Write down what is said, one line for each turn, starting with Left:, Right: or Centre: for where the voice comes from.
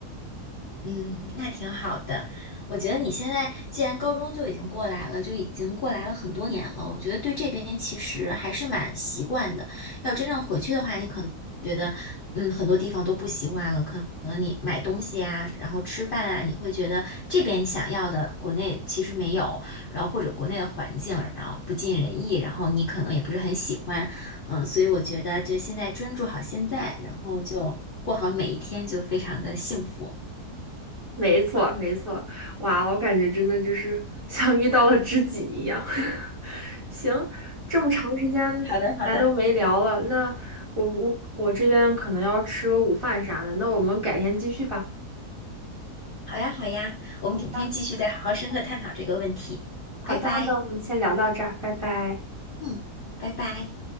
Left: 嗯，那挺好的。我觉得你现在既然高中就已经过来了，就已经过来了很多年了，我觉得对这边其实还是蛮习惯的。要真正回去的话，你可能觉得，嗯，很多地方都不习惯了。可能你买东西啊，然后吃饭啊，你会觉得这边你想要的国内其实没有，然后或者国内的环境然后不尽人意，然后你可能也不是很喜欢。嗯，所以我觉得就现在专注好现在，然后就过好每一天，就非常的幸福。
Right: 没错，没错，哇，我感觉真的就是 <laughs> 像遇到了知己一样。<laughs> 行，这么长时间咱都没聊了，
Left: 好的，好的，
Right: 那我我我这边可能要吃个午饭啥的，那我们改天继续吧。
Left: 好呀，好呀，我们改天继续再好好深刻探讨这个问题。
Right: 好的，好的，
Left: 拜拜，
Right: 那我们先聊到这儿，拜拜。
Left: 嗯，拜拜。